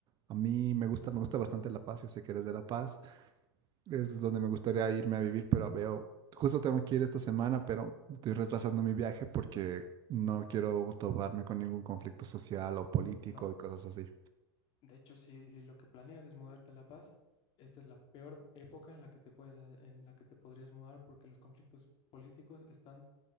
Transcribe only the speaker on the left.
Claro.
No,
de hecho, si, si lo que planeas es mudarte a La Paz, esta es la peor época en la que te puedes, en la que te podrías mudar porque los conflictos políticos están